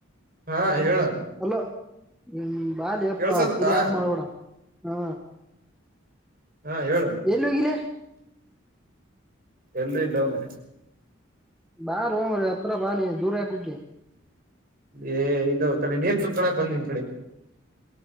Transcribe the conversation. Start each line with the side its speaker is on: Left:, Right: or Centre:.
Right: ಹಾ ಹೇಳ
Centre: ಅಲೋ ಹ್ಮ ಬಾಲಿ ಅಪ್ಪಾ
Right: ಕೇಳ್ಸದತ್ತಾ
Centre: ತಿಳ ಆಪ ಮಾಡ್ಬಡ ಹಾ
Right: ಹಾ ಹೇಳನ್
Centre: ಎಲ್ಲಿ ಹೋಗಿಲ್ಲ
Right: ಎಲ್ಲೂ ಇಲ್ಲ ಮರ
Centre: ಬಾ ರೋ ಮ್ರ ಹತ್ರ ಬಾ ನೀಿ ದೂರ ಹಾಕಕ್ಕೆಿ
Right: ಏ ಇದು ತೊಡೆ ನೀರ್ ತುಂಬಕಳಕ್ ಬಂದಿನ್ ಡೆ